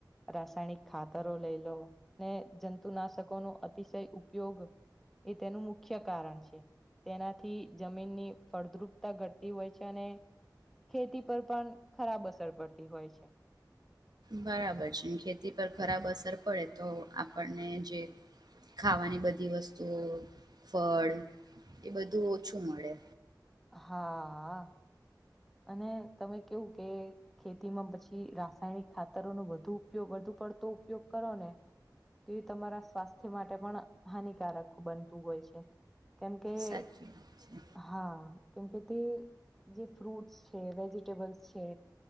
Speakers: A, in the centre; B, on the right (about 60°).
A: રાસાયણિક ખાતરો લઈ લો ને જંતુનાશકો નો અતિશય ઉપયોગ એ તેનું મુખ્ય કારણ છે. તેનાથી જમીનની ફળદ્રુપતા ઘટતી હોય છે અને ખેતી પર પણ ખરાબ અસર પડતી હોય છે.
B: બરાબર છે ખેતી પર ખરાબ અસર પડે તો આપણને જે ખાવાની બધી વસ્તુઓ ફળ એ બધું ઓછું મળે.
A: હા આ અને તમે કેવું કે ખેતીમાં પછી રાસાયણિક ખાતરોનો વધુ ઉપયોગ વધુ પડ તો ઉપયોગ કરો ને તે તમારા સ્વાસ્થ્ય માટે પણ હાનિકારક બનતું હોય છે. કેમકે
B: સાચી
A: <inaudible>
B: વાત છે
A: હા કેમકે તે જે ફ્રૂટ્સ છે, વેજીિટેબલ્સ છે,